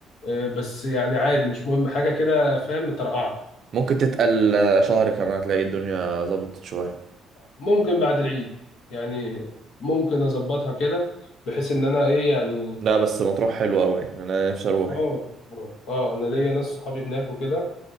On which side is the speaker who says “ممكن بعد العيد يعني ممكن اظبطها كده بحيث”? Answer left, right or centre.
Left